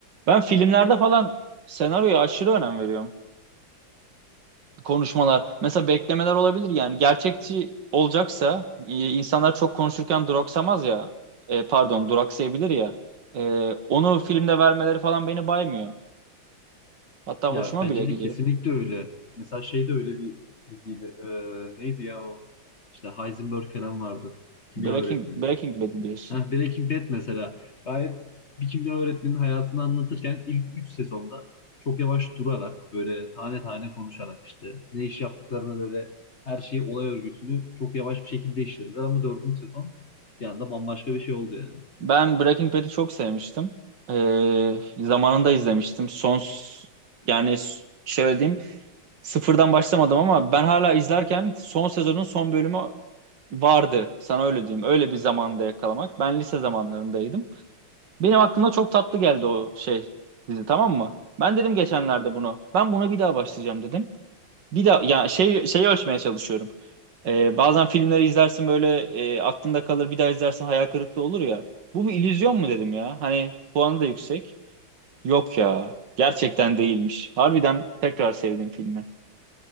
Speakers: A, on the right; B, on the left.
A: Ben filmlerde falan senaryoya aşırı önem veriyorum. Konuşmalar mesela beklemeler olabilir yani gerçekçi olacaksa e, insanlar çok konuşurken duraksamaz ya. E, pardon duraksayabilir ya. E, onu filmde vermeleri falan beni baymıyor. Hatta
B: Ya
A: hoşuma
B: bence
A: bile gidiyor.
B: de kesinlikle öyle. Mesela şey de öyle bir diziydi. Ee, neydi ya o? İşte Heisenberg falan vardı. Kimya
A: Breaking
B: öğretmeni.
A: Breaking Bad diyorsun.
B: Heh, Breaking Bad mesela. Gayet bir kimya öğretmeninin hayatını anlatırken ilk 3 sezonda çok yavaş durarak böyle tane tane konuşarak işte ne iş yaptıklarını böyle her şeyi olay örgüsünü çok yavaş bir şekilde işlediler ama dördüncü sezon bir anda bambaşka bir şey oldu yani.
A: Ben Breaking Bad'i çok sevmiştim. Ee, zamanında izlemiştim. Son yani s- şöyle diyeyim sıfırdan başlamadım ama ben hala izlerken son sezonun son bölümü vardı. Sana öyle diyeyim. Öyle bir zamanda yakalamak. Ben lise zamanlarındaydım. Benim aklımda çok tatlı geldi o şey dizi tamam mı? Ben dedim geçenlerde bunu. Ben buna bir daha başlayacağım dedim. Bir de ya şey şeyi ölçmeye çalışıyorum. Ee, bazen filmleri izlersin böyle e, aklında kalır bir daha izlersin hayal kırıklığı olur ya. Bu bir illüzyon mu dedim ya? Hani puanı da yüksek. Yok ya. Gerçekten değilmiş. Harbiden tekrar sevdim filmi.